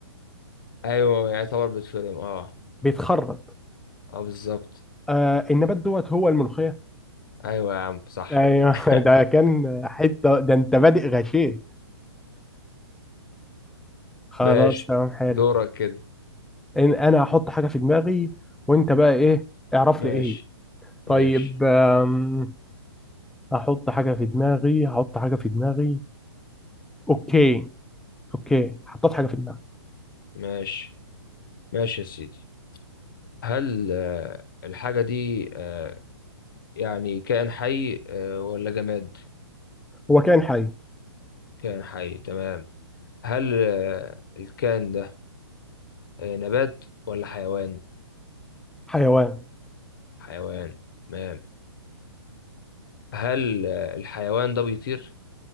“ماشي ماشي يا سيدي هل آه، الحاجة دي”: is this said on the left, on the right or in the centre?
Left